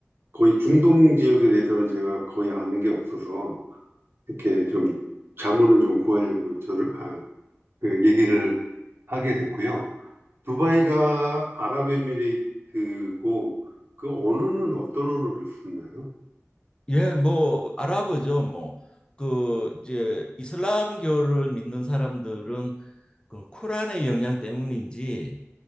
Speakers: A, on the right; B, on the left.
A: 거의 중동 지역에 대해서는 제가 거의 아는 게 없어서 이렇게 좀 자문을 좀 구하려고 저를 아, 그 얘기를 하게 됐고요. 두바이가 아랍에미레이트고 그 언어는 어떤 언어를 쓰나요?
B: 예, 뭐 아랍어죠. 뭐 그 이제 이슬람교를 믿는 사람들은 그 쿠란의 영향 때문인지